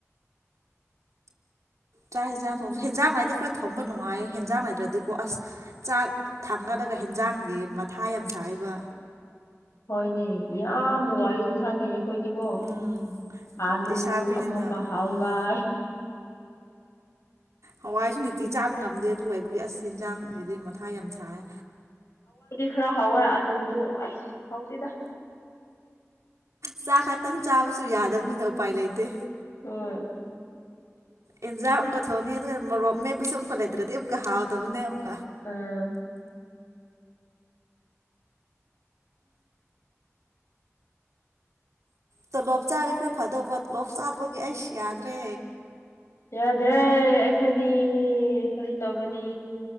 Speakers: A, on the right (about 80°); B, on the left (about 65°).
A: ꯆꯥꯛ ꯌꯦꯟꯖꯥꯡ ꯊꯣꯡꯕꯁꯨ ꯍꯦꯟꯖꯥꯡꯉꯥꯏꯗꯤ ꯈꯔ ꯊꯣꯡꯕ ꯅꯨꯡꯉꯥꯏ ꯍꯦꯟꯖꯥꯡꯉꯥꯏꯇ꯭ꯔꯗꯤꯀꯣ ꯑꯁ ꯆꯥꯛ ꯊꯥꯡꯒꯠꯂꯒ ꯍꯦꯟꯖꯥꯡꯒꯤ ꯃꯊꯥ ꯌꯥꯝ ꯁꯥꯥꯏꯕ
B: ꯍꯣꯏꯅꯦ ꯌꯥꯝ ꯋꯥꯏ ꯏꯟꯁꯥꯡꯒꯤ ꯊꯣꯏꯗꯤꯀꯣ
A: ꯎꯝ
B: ꯑꯂꯨ
A: ꯂꯩꯁꯥꯕꯤꯅꯤꯅ
B: ꯑꯃꯨꯛꯀ ꯍꯥꯎꯒꯥꯏ
A: ꯎꯝ ꯍꯋꯥꯏꯁꯨ ꯅꯨꯡꯇꯤ ꯆꯥꯕ ꯉꯝꯗꯦ ꯑꯗꯨꯒ ꯑꯩꯕꯨꯒꯤ ꯑꯁ ꯍꯦꯟꯖꯥꯡ ꯑꯗꯨꯗꯤ ꯃꯊꯥ ꯌꯥꯝ ꯁꯥꯏ
B: ꯈꯔꯥ ꯍꯥꯎꯌꯦ ꯂꯨꯗꯣ ꯑꯩꯁ ꯍꯥꯎꯇꯦꯗ
A: ꯆꯥꯛ ꯈꯛꯇꯪ ꯆꯥꯕꯁꯨ ꯌꯥꯗꯕꯅꯤꯅ ꯎꯄꯥꯏ ꯂꯩꯇꯦ
B: ꯍ
A: ꯑꯦꯟꯖꯥꯡ ꯑꯃꯨꯛꯀ ꯊꯣꯛꯑꯅꯤ ꯑꯗꯨꯒ ꯃꯣꯔꯣꯛꯞ ꯃꯦꯞꯄꯁꯨ ꯑꯃꯨꯛꯀ ꯂꯩꯇ꯭ꯔꯗꯤ ꯑꯃꯨꯛꯀ ꯍꯥꯎꯗꯕꯅꯦ ꯑꯃ
B: ꯑꯥ
A: ꯇꯣ ꯂꯣꯞ ꯆꯥꯔꯦ ꯈꯔ ꯐꯗꯕ ꯂꯣꯞ ꯆꯥꯕꯒꯤ ꯑꯩꯁ ꯌꯥꯗ꯭ꯔꯦ
B: ꯌꯥꯗ꯭ꯔꯦ ꯑꯩꯈꯣꯏꯗꯤ ꯀꯔꯤ ꯇꯧꯒꯅꯤ